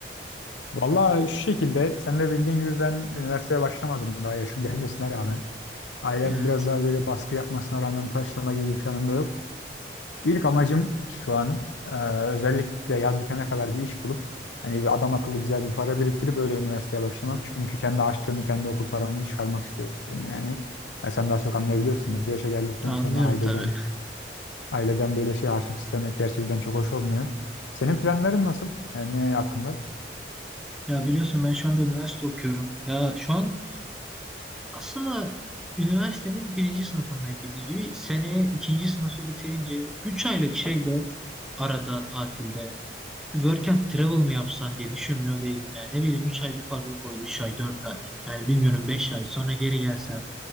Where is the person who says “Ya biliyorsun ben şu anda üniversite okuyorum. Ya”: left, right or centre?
Centre